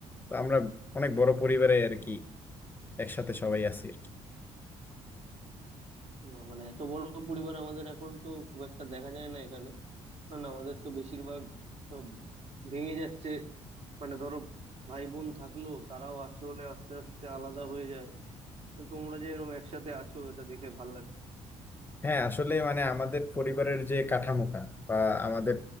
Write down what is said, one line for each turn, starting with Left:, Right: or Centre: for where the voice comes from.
Left: তো আমরা অনেক বড় পরিবারে আর কি একসাথে সবাই আছি
Right: না, মানে এত বড় পরিবার আমাদের এখন তো খুব একটা দেখা যায় না এখানে কারণ আমাদের তো বেশিরভাগ সব ভেঙে যাচ্ছে মানে ধরো ভাই বোন থাকলেও তারাও আসলে আস্তে আস্তে আলাদা হয়ে যায় তো তোমরা যে এরকম একসাথে আছো এটা দেখে ভালো লাগছে
Left: হ্যাঁ আসলে মানে আমাদের পরিবারের যে কাঠামোটা বা আমাদের